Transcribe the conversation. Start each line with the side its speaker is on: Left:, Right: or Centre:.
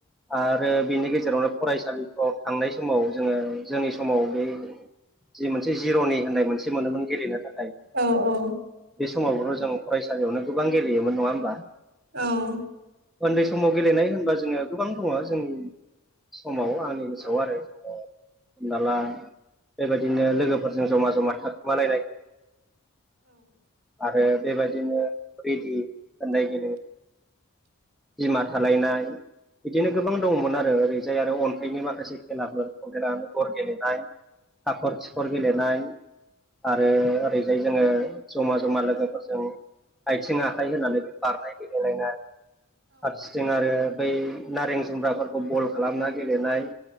Centre: आरो बिनि गेजेरावनो फरायसालिफ्राव थांनाय समाव जोङो जोंनि समाव बै जि मोनसे जिर'नि होननाय मोनसे मोनोमोन गेलेनो थाखा
Right: औ औ
Centre: बे समावबोथ' जों फरायसालियावनो गोबां गेलेयोमोन नङा होमबा?
Right: औ
Centre: ओनदै समाव गेलेनाय होनबा जोङो गोबां दङ'जोंनि समाव आंनि गोसोआव आरो हमना ला बेबायदिनो लोगोफोरजों ज'मा ज'मा थाखोमालायनाय आरो बेबायदिनो रेदि होननायगिरि बिमा थालायनाय बिदिनो गोबां दङ'मोन आरो ओरैजाय आरो अनथाइनि माखासे खेलाफोर <unintelligible> गर गेलेनाय हाख'र खिख'र गेलेनाय आरो ओरैजाय जोङो ज'मा ज'मा लोगोफोरजों आइथिं आखाइ होनानै बारनाय गेलेलायनाय फारसिथिं आरो बै नारें जुमब्रा फोर बल खालामना गेलेनाय